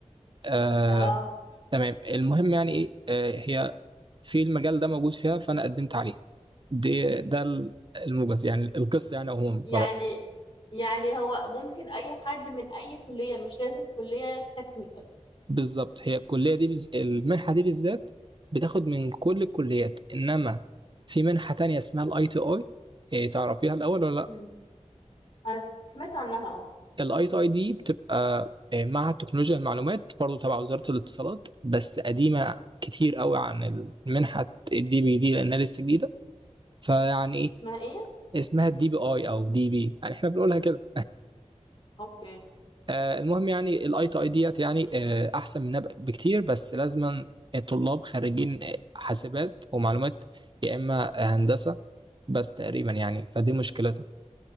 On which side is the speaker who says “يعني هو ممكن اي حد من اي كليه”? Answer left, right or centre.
Left